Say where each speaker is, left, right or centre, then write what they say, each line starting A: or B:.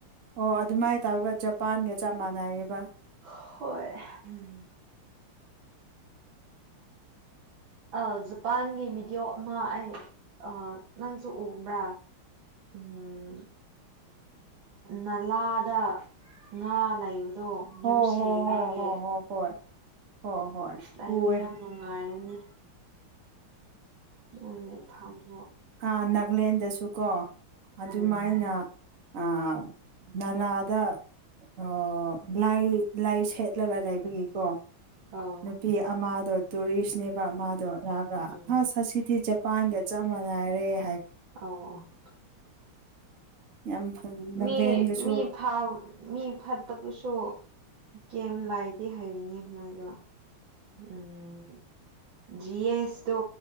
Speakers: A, on the right (about 40°); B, on the right (about 65°).
A: ꯑꯣ ꯑꯗꯨꯃꯥꯏꯅ ꯇꯔꯕ ꯖꯄꯥꯟꯒ ꯆꯞ ꯃꯥꯟꯅꯩꯌꯦꯕ
B: ꯍꯣꯏ ꯎꯝ ꯑ ꯖꯄꯥꯟꯒꯤ ꯚꯤꯗꯤꯑꯣ ꯑꯃ ꯑꯩ ꯅꯪꯁꯨ ꯎꯕ꯭ꯔꯥ ꯎꯝ ꯅꯂꯥꯗ ꯉꯥ ꯂꯩꯕ ꯑꯗꯣ
A: ꯍꯣ
B: ꯌꯥꯝ ꯁꯦꯡꯉꯒꯦ
A: ꯍꯣ ꯍꯣ ꯍꯣ ꯍꯣ ꯍꯣꯏ ꯍꯣꯏ ꯍꯣꯏ
B: ꯑꯁ ꯂꯥꯛꯑꯣ
A: ꯎꯋꯦ
B: ꯌꯥꯝ ꯅꯨꯡꯉꯥꯏꯔꯅꯤ ꯍ ꯂꯩ ꯊꯝꯣ
A: ꯥ ꯅꯥꯒꯂꯦꯟꯗꯁꯨꯀꯣ ꯑꯗꯨꯃꯥꯏꯅ
B: ꯎꯝ
A: ꯑ ꯅꯂꯗ ꯑ ꯂꯥꯏ ꯂꯥꯏ ꯁꯦꯠꯂꯒ ꯂꯩꯕꯒꯤꯀꯣ
B: ꯑꯧ
A: ꯅꯨꯄꯤ ꯑꯃꯗꯣ ꯇꯨꯔꯤꯁꯅꯦꯕ ꯃꯥꯗꯣ ꯔꯥꯒ
B: ꯎꯝ
A: ꯑꯁ ꯑꯁꯤꯁꯤꯗꯤ ꯖꯄꯥꯟꯒ ꯆꯞ ꯃꯥꯟꯅꯏꯔꯦ
B: ꯑ ꯑꯣ
A: ꯌꯥꯝ ꯐ ꯅꯥꯒꯥꯂꯦꯟꯗꯁꯨ
B: ꯃꯤ ꯃꯤ ꯐꯥꯎ ꯃꯤ ꯐꯥꯠꯇ ꯄꯨꯁꯣ ꯀꯦꯝ ꯂꯥꯏꯗꯤ ꯍꯥꯏꯕꯅꯤ ꯃꯣꯏꯗꯣ ꯎꯝ ꯖꯤ ꯑꯦꯁ ꯇꯣ